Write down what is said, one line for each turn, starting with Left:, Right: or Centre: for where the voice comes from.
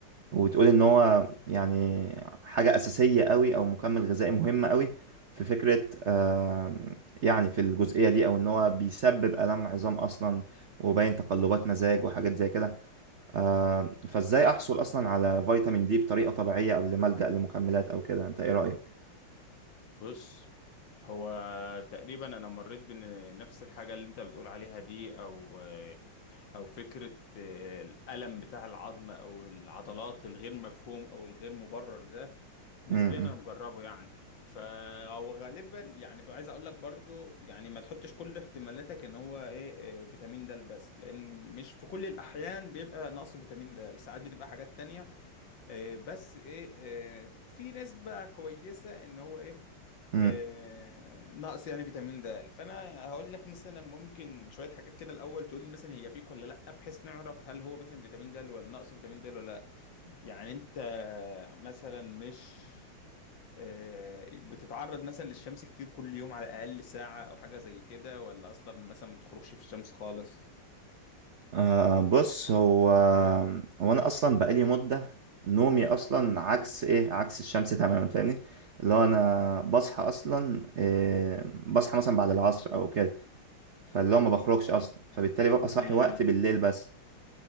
Right: وتقول ان هو يعني حاجة أساسية قوي او مكمل غذائي مهم قوي في فكرة آه، يعني في الجزئية دي او ان هو بيسبب آلام عظام اصلا وباين تقلبات مزاج وحاجات زي كده آه، فازاي احصل اصلا على فيتامين دي بطريقة طبيعية قبل ما ألجأ لمكملات او كده انت ايه رأيك؟
Left: بص هو تقريبا انا مريت بنفس الحاجه اللي انت بتقول عليها دي او او فكره الالم بتاع العظم او العضلات الغير مفهوم او الغير مبرر ده نسبيا
Right: م-
Left: انا مجربه يعني فهو غالبا يعني عايز اقول لك برضو يعني ما تحطش كل احتمالاتك ان هو ايه إيه، فيتامين د بس لان مش في كل الاحيان بيبقى نقص فيتامين د ساعات بتبقى حاجات تانية إيه، بس ايه إيه، في نسبة كويسة ان هو ايه
Right: م-
Left: آه، نقص يعني فيتامين د فانا هقول لك مثلا ممكن شويه حاجات كده الاول تقول لي مثلا هي فيك ولا لا بحيث نعرف هل هو مثلا فيتامين د ولا نقص فيتامين د ولا لا يعني انت مثلا مش آه، بتتعرض مثلا للشمس كتير كل يوم على الاقل ساعه او حاجه زي كده ولا اصلا مثلا ما بتخرجش في الشمس خالص
Right: أه بص هو هو انا اصلا بقالي مده نومي اصلا عكس ايه عكس الشمس تماما فاهمني اللي هو انا بصحى اصلا إيه بصحى مثلا بعد العصر او كده فاللي هو ما بخرجش اصلا فبالتالي ببقى
Left: مهم.
Right: صاحي وقت بالليل بس